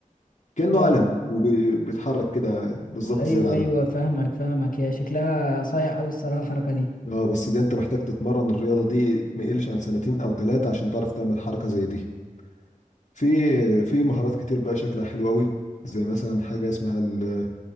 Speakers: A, on the left; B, on the left.
A: كانه
B: اه
A: علم وبيتحرك كده بالظبط
B: ايوه
A: زي العلم
B: ايوه فاهمك فاهمك هي شكلها صايع قوي الصراحه الحركه دي
A: اه بس دي انت محتاج تتمرن الرياضة دي ما يقلش عن سنتين او ثلاثة عشان تعرف تعمل حركة زي دي في في مهارات كتير بقى شكلها حلو قوي زي مثلا حاجة اسمها ال-